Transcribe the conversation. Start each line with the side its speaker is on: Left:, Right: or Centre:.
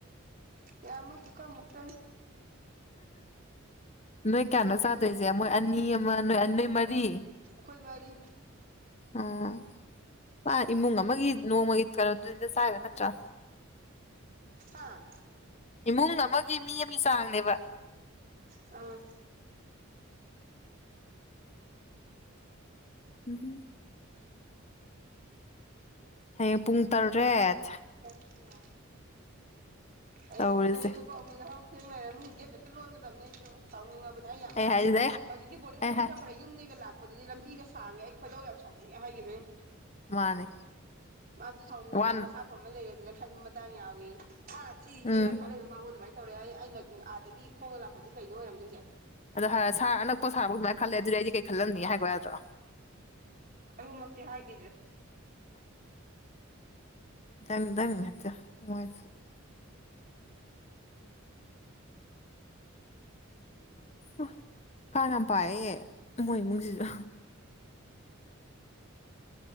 Right: ꯌꯥꯃ ꯇꯀ ꯃꯨꯛꯇ
Left: ꯅꯣꯏ ꯀꯌꯥꯅꯣ ꯆꯥꯗꯣꯏꯁꯦ ꯃꯣꯏ ꯑꯅꯤ ꯑꯃ ꯅꯣꯏ ꯅꯣꯏ ꯃꯔꯤ
Right: ꯀꯣꯏ ꯃꯔꯤ
Left: ꯑꯥ ꯃꯥ ꯏꯃꯨꯡ ꯑꯃꯒꯤ ꯅꯣꯡꯃꯒꯤ ꯀꯩꯅꯣꯗꯨꯗ ꯆꯥꯏꯕ ꯅꯠꯇ꯭ꯔꯥ
Right: ꯍꯥꯥ
Left: ꯏꯃꯨꯡ ꯑꯃꯒꯤ ꯃꯤ ꯑꯃꯒꯤ ꯆꯥꯡꯅꯦꯕ
Right: ꯑ
Left: ꯎꯝꯝ ꯍꯌꯦꯡ ꯄꯨꯡ ꯇꯔꯦꯠ
Right: ꯀꯔ ꯐꯕ ꯑꯗꯨꯝ
Left: ꯇꯧꯔꯤꯁꯦ
Right: ꯄꯨꯡ ꯇꯔꯦꯠ ꯨꯄꯥꯛ ꯑꯃꯨꯛ ꯌꯥꯍꯥꯎ ꯊꯦꯡꯅꯔꯝꯅꯤ ꯒꯦꯠ ꯂꯣꯟꯒꯗꯕꯅꯦ ꯑꯩ ꯌꯦꯡꯉ ꯆꯥꯎꯥꯎꯅꯤꯡꯉꯕꯅꯦ ꯑꯩ ꯌꯥꯝ ꯍꯥꯏꯒꯦ
Left: ꯍꯥꯏꯁꯤꯗ ꯑꯩ
Right: ꯍꯧꯛ ꯕꯣꯔꯗꯤꯡ
Left: ꯑꯩ
Right: ꯌꯥꯝ
Left: ꯍꯥꯏ
Right: ꯁꯥꯐꯔꯦ ꯌꯨꯝꯗꯒꯤꯒ ꯂꯥꯛꯦ ꯑꯗꯨꯗꯤ ꯂꯝꯕꯤꯒ ꯁꯥꯡꯉꯦ ꯑꯩ ꯈꯣꯏꯗꯧ ꯌꯥꯝ ꯁꯥꯎꯅꯤꯡꯉꯦ ꯍꯥꯏꯈꯤꯕꯦ ꯅꯪ
Left: ꯃꯥꯅꯦ
Right: ꯃꯥꯁꯨ ꯁꯥꯎꯅꯤꯡꯉꯛꯇꯅ
Left: ꯋꯥꯟ
Right: ꯃꯁꯥ ꯐ ꯑꯃ ꯂꯩꯔꯁꯤꯅ ꯈꯟꯕ ꯃꯇꯥꯡ ꯌꯥꯎꯏꯤ ꯑꯥ ꯁꯤ
Left: ꯎꯝ
Right: ꯌꯦꯅ ꯈꯔ ꯂꯩꯕ ꯃꯥꯕꯨ ꯑꯗꯨꯃꯥꯏꯅ ꯇꯧꯔꯦ ꯑꯩ ꯑꯥꯗꯒꯤ ꯈꯣꯡꯅ ꯂꯥꯛꯄꯗꯨꯗꯤ ꯀꯩꯅꯣ ꯑꯣꯏꯔꯝꯗꯣꯏꯁꯦ
Left: ꯑꯗꯣ ꯍꯥꯏꯔ ꯁꯥꯔ ꯑꯅꯛꯄ ꯁꯥꯕ ꯑꯗꯨꯃꯥꯏ ꯈꯜꯂꯦ ꯑꯗꯨꯗꯗꯤ ꯀꯩꯜꯂꯝꯅꯤ ꯍꯥꯏꯕ ꯍꯥꯏꯗ꯭ꯔꯣ
Right: ꯑ ꯃꯦ ꯍꯥꯏꯗ꯭ꯔꯦ
Left: ꯇꯪꯗꯪ ꯉꯆꯥ ꯃꯣꯏ ꯁꯔꯤ ꯎ ꯀ ꯌꯥꯝ ꯄꯥꯏꯑ ꯃꯣꯏ ꯏꯃꯨꯡꯁꯤꯁꯨ